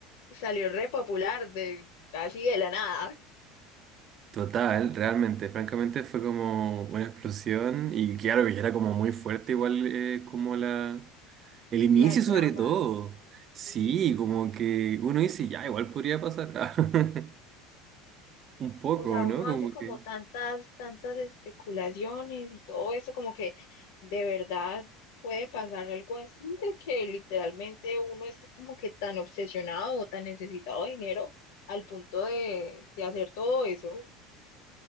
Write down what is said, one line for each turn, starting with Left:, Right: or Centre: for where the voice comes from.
Left: salió re popular de así de la nada.
Right: total, realmente. Francamente fue como una explosión y claro que era como muy fuerte, igual eh, como la... El inicio
Left: La
Right: sobre
Left: trama,
Right: todo. Sí,
Left: sí.
Right: como que uno dice, ya, igual podría pasar. <laughs> Un poco,
Left: O sea, uno
Right: ¿no? Como
Left: hace como
Right: que...
Left: tantas, tantas especulaciones y todo esto, como que de verdad puede pasar algo así, de que literalmente uno esté como que tan obsesionado o tan necesitado de dinero al punto de, de hacer todo eso.